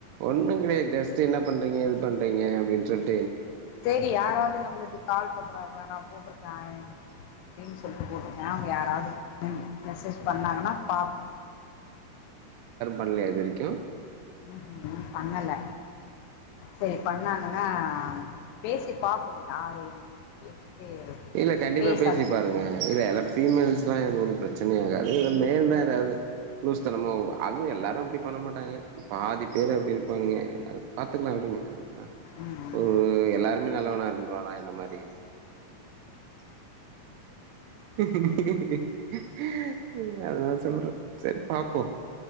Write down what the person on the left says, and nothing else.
சரி யாராவது நம்மளுக்கு கால் பண்ணு நான் போட்டிருக்கன் அப்டின்னு சொல்லிட்டு போட்டிருக்கேன் அவுங்க யாராவது மெசேஜ் பண்ணாங்கன்னா பாப்
உஹூம் ம் பண்ணல சரி பண்ணாங்கன்னா பேசி பாப்போம் யாரு என்னன்னு கேட்டுட்டு
பேசலா
ம் ம்